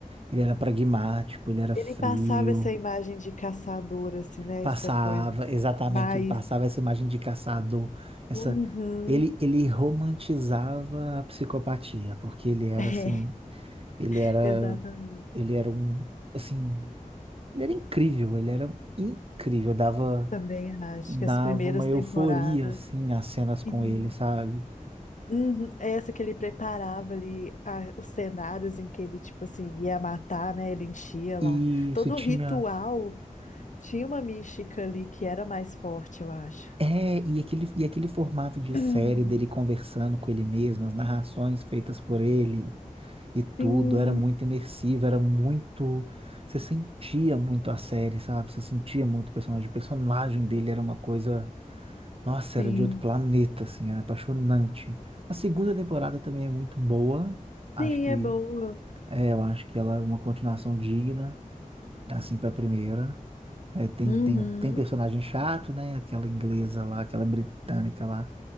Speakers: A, on the right (about 45°); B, on the left (about 60°).
A: Ele era pragmático, ele era
B: Ele
A: frio.
B: passava essa imagem de caçador, assim, né?
A: Passava,
B: Essa coisa de
A: exatamente,
B: mais.
A: ele passava essa imagem de caçador, essa
B: Uhum.
A: ele ele romantizava a psicopatia, porque ele era
B: <laughs>
A: assim, ele era
B: É, exatamente.
A: ele era um assim, ele era incrível, ele era incrível, dava
B: Também acho
A: dava
B: que as primeiras
A: uma euforia
B: temporadas.
A: assim nas cenas com
B: E-
A: ele, sabe?
B: Uhum, Essa que ele preparava ali a- os cenários em que ele, tipo assim, ia matar, né? Ele enchia
A: E
B: lá.
A: isso
B: Todo
A: tinha
B: o ritual tinha uma mística ali que era mais forte, eu acho.
A: É, e aquele, e aquele formato de
B: Uhum.
A: série dele conversando com ele mesmo, as narrações feitas por ele e tudo,
B: Sim,
A: era muito imersivo, era muito. Você sentia muito a série, sabe? Você sentia muito o personagem. O personagem dele era uma coisa. Nossa,
B: sim.
A: era de outro planeta, assim, era apaixonante. A segunda temporada também é muito boa. Acho
B: Sim,
A: que.
B: é boa.
A: É, eu acho que ela é uma continuação digna, assim, pra primeira. É, tem,
B: Uhum.
A: tem, tem personagem chato, né? Aquela inglesa lá, aquela britânica lá,